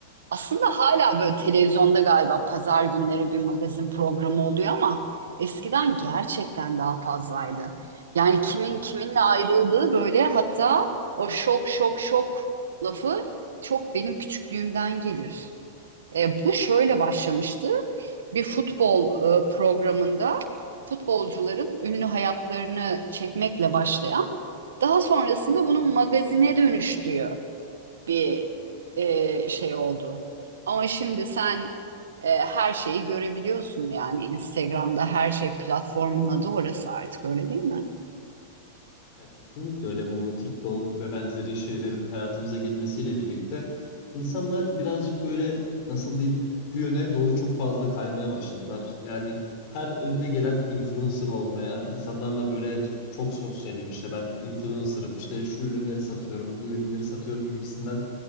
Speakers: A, on the right; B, on the left.
A: Aslında hala böyle televizyonda galiba pazar günleri bir magazin programı oluyor ama eskiden gerçekten daha fazlaydı. Yani kimin kiminle ayrıldığı böyle hatta o şok şok şok lafı çok benim küçüklüğümden gelir. E, bu şöyle başlamıştı bir futbol e, programında futbolcuların ünlü hayatlarını çekmekle başlayan, daha sonrasında bunun magazine dönüştüğü bir e, şey oldu. Ama şimdi sen e, her şeyi görebiliyorsun yani Instagram'da her şey platformun adı orası artık öyle değil mi?
B: Ya kesinlikle öyle bu TikTok'un ve benzeri şeylerin hayatımıza girmesiyle birlikte insanlar birazcık böyle nasıl diyeyim bu yöne doğru çok fazla kaymaya başladılar. Yani her önüne gelen influencer olmaya, insanlarla böyle çok sosyalim işte ben influencer'ım işte şu ürünleri satıyorum, bu ürünleri satıyorum gibisinden